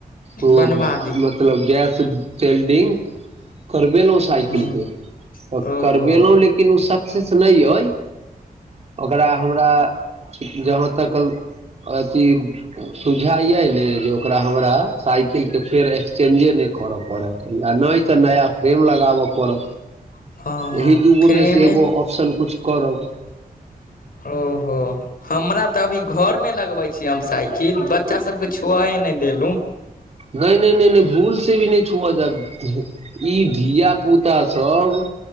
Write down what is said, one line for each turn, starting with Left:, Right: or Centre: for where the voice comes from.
Right: ओ
Left: बनवा दिय
Right: मतलब गैस तेलडिंग करबेल सा।
Left: हँ
Right: त
Left: ओहो
Right: करबेलहूँ लेकिन ओ सक्सेस नहि अइ ओकरा हमरा जहाँ तक अथि सुझा ये ने जे ओकरा हमरा साइकिल के फेर एक्सचेंजे नहि करऽ पड़त। नहि तऽ नया फ्रेम लगाब करब,
Left: हँ
Right: एहि दूगो
Left: फ्रेमे
Right: मे से एगो ऑप्शन कुछु करब।
Left: ओहो हमरा तऽ अभी घर मे लगबे छिय। हम साइकिल बच्चा सभके छुआए नहि देलू
Right: नहि नहि नहि भूल से भी नहि छुआ जा। ई धिय पुता सभ